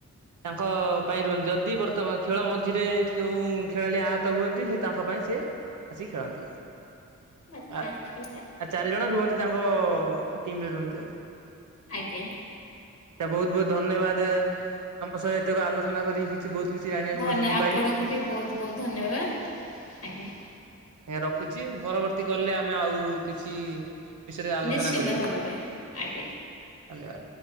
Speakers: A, on the right; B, on the left.
A: ତାଙ୍କ ପାଇଁ ରୁଲ ଯଦି ବର୍ତ୍ତମାନ ଖେଳ ମଝିରେ କେଉଁ ଖେଳାଳି ଆହତ ହୁଅନ୍ତି ସେ ତାଙ୍କ ପାଇଁ ସେ ଆସିିକ ଖେଳନ୍ତି
B: ଆଚ୍ଛା
A: ଆଃ
B: ଠିକ ଅଛି।
A: ଆଉ ଚାରିଜଣ ରୁହନ୍ତି ତାଙ୍କ ଟିମ୍ ରେ ରୁହନ୍ତି ଆଉ।
B: ଆଜ୍ଞା।
A: ଆଚ୍ଛା ବହୁତ ବହୁତ ଧନ୍ୟବାଦ ତମ ସହିତ ଆଲୋଚନା କରି କିଛି ବହୁତ କିଛି ଜାଣିବାକୁ
B: ଧନ୍ୟ
A: ମଧ୍ୟ ମୁଁ
B: ଆପଣଙ୍କୁ
A: ପାଇଲି।
B: ବି ବହୁତ ବହୁତ ଧନ୍ୟବାଦ ଆଜ୍ଞା।
A: ଅଜ୍ଞା ରଖୁଛି ପରବର୍ତ୍ତୀ କଲରେ ଆମେ ଆଉ କିଛି ବିଷୟରେ ଆଲୋଚନା
B: ନିଶ୍ଚିତ
A: କରିବା
B: ଭାବରେ ଆଜ୍ଞା।
A: ଧନ୍ୟବାଦ।